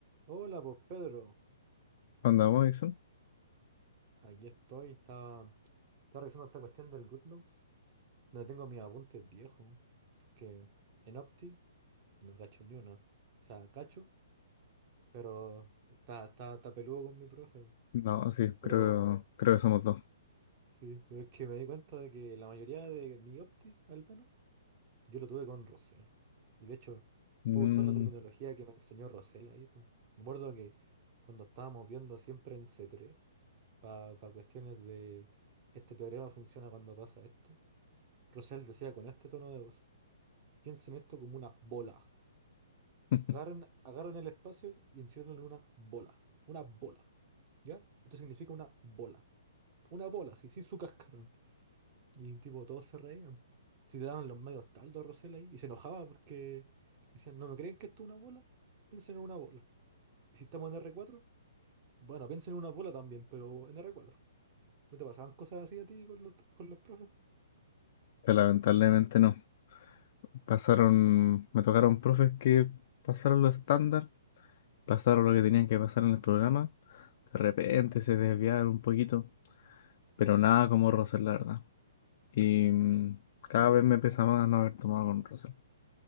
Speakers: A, on the right; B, on the left.
A: Hola, pues Pedro,
B: ¿Andamos, Dixon?
A: aquí estoy. Estaba, estaba revisando esta cuestión del GoodNotes. No tengo mis apuntes viejos, porque en Opti no cacho ni una. O sea, cacho, pero está, está, está peludo con mi profe.
B: No, sí, creo,
A: Pero
B: creo que somos dos.
A: sí, pero es que me di cuenta de que la mayoría de mi Opti, al menos, yo lo tuve con Rosel. Y de hecho,
B: Mm,
A: pude usar la terminología que me enseñó Rosel ahí. po. Me acuerdo que cuando estábamos viendo siempre en C3. para cuestiones de este teorema funciona cuando pasa esto. Russell decía con este tono de voz, piensen esto como una bola.
B: <laughs>
A: Agarren, agarren el espacio y enciérrenlo en una bola. Una bola. ¿Ya? Esto significa una bola. Una bola, sí, sin su cascarón. Y tipo, todos se reían. Si te daban los medios taldos a Rosell ahí. Y se enojaba porque decían, no, ¿no creen que esto es una bola? Piensen en una bola. Y si estamos en r cuatro bueno, piensen en una bola también, pero en r cuatro ¿No te pasaban cosas así a ti con los, con los profes?
B: pero lamentablemente no. Pasaron, me tocaron profes que pasaron lo estándar, pasaron lo que tenían que pasar en el programa. De repente se desviaron un poquito, pero nada como Russell, la verdad. Y mm,
A: Que
B: cada vez me pesa más no haber tomado con Russell.